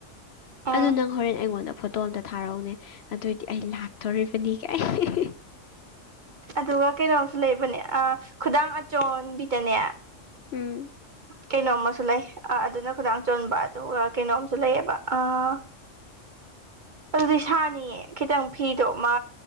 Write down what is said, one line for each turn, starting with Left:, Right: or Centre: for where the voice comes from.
Right: ꯎꯝ
Left: ꯑꯗꯨ ꯅꯪ ꯍꯣꯔꯦꯟ ꯑꯩꯉꯣꯟꯗ ꯐꯣꯇꯣ ꯑꯝꯇ ꯊꯥꯔꯛꯎꯅꯦ ꯑꯗꯨꯑꯣꯏꯗꯤ ꯑꯩ ꯂꯥꯛꯇꯣꯔꯤꯕꯅꯤ ꯀꯩ
Right: ꯑꯗꯨꯒ ꯀꯩꯅꯣꯝꯁꯨ ꯂꯩꯕꯅꯦ ꯑ ꯈꯨꯗꯥꯡ ꯑꯆꯣꯟꯕꯤꯗꯅꯦ
Left: ꯎꯝ
Right: ꯀꯩꯅꯣꯝꯃꯨ ꯂꯩ ꯑ ꯑꯗꯨꯅ ꯈꯨꯗꯥꯡ ꯆꯣꯟꯕ ꯑꯗꯨꯒ ꯀꯩꯅꯣꯝꯁꯨ ꯂꯩꯌꯦꯕ ꯑꯥ <unintelligible> ꯑꯗꯨꯗꯤ ꯁꯥꯅꯤꯌꯦ ꯈꯤꯇꯪ ꯐꯤꯗꯣ ꯃꯥ